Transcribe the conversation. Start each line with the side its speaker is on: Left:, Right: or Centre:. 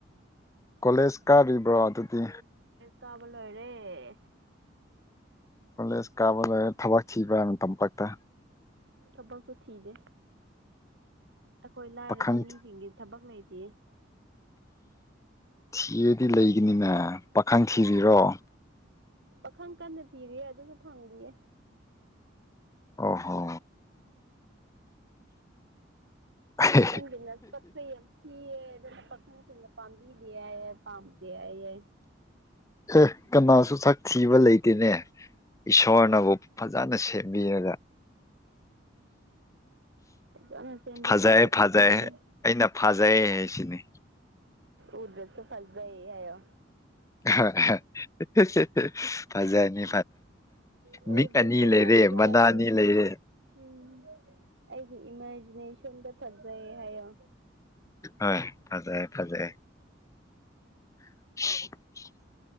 Left: ꯀꯣꯂꯦꯖ ꯀꯥꯔꯤꯕ꯭ꯔꯣ ꯑꯗꯨꯗꯤ
Right: ꯀꯕ ꯂꯣꯏꯔꯦ
Left: ꯄꯨꯂꯤꯁ ꯀꯥꯕ ꯂꯩꯔꯦ ꯊꯕꯛ ꯊꯤꯕ꯭ꯔꯥ ꯃꯇꯝ ꯈꯛꯇꯥ
Right: ꯊꯕꯛꯁꯨ ꯊꯤꯗꯦ ꯑꯩꯈꯣꯏ ꯂꯥꯏꯔꯕ
Left: ꯄꯥꯈꯪ
Right: ꯃꯤꯁꯤꯡꯗꯤ ꯊꯕꯛ ꯂꯩꯇꯦ ꯊꯤꯗꯦ <inaudible>
Left: ꯊꯤꯔꯗꯤ ꯂꯩꯒꯅꯤꯅꯦ ꯄꯥꯈꯪ ꯊꯤꯔꯤꯔꯣ
Right: ꯄꯥꯈꯪ ꯀꯟꯅ ꯊꯤꯔꯤꯌꯦ ꯑꯗꯨꯁꯨ ꯐꯪꯗꯦꯌꯦ
Left: ꯑꯣ ꯍꯣ ꯑꯦ
Right: ꯅꯪꯒꯤ ꯅꯥꯁꯛꯁꯦ ꯌꯥꯝ ꯊꯤꯌꯦ ꯄꯈꯪꯁꯤꯡꯅ ꯄꯥꯝꯕꯤꯗꯦꯌꯦ ꯄꯥꯝꯇꯦ ꯍꯥꯏꯌꯦ
Left: ꯑꯦ ꯀꯅꯥꯁꯨ ꯁꯛ ꯊꯤꯕ ꯂꯩꯇꯦꯅꯦ ꯏꯁꯣꯔꯅꯕꯨ ꯐꯖꯅ ꯁꯦꯝꯕꯤꯔꯒ
Right: ꯐꯖꯅ ꯁꯦꯝꯕꯤꯕꯗꯨ
Left: ꯐꯖꯩꯑꯦ
Right: ꯁꯛꯊꯤꯌꯦ
Left: ꯐꯖꯩ ꯑꯩꯅ ꯐꯖꯩ ꯍꯥꯏꯁꯤꯅꯤ
Right: ꯎꯗꯔꯁꯨ ꯐꯖꯩ ꯍꯥꯏꯌꯨ
Left: ꯍ ꯍꯥ ꯍꯥ ꯐꯖꯅꯤ
Right: ꯎꯗꯁꯨ
Left: ꯃꯤꯠ ꯑꯅꯤ ꯂꯩꯔꯦ
Right: ꯐꯖꯩ
Left: ꯃꯅꯥ ꯑꯅꯤ ꯂꯩꯔꯦ
Right: ꯎꯝ ꯑꯩꯒꯤ ꯏꯃꯥꯖꯤꯅꯦꯁꯟꯗ ꯐꯖꯩ ꯍꯥꯏꯌꯣ
Left: ꯍ ꯐꯖꯩ ꯐꯖꯩ <unintelligible>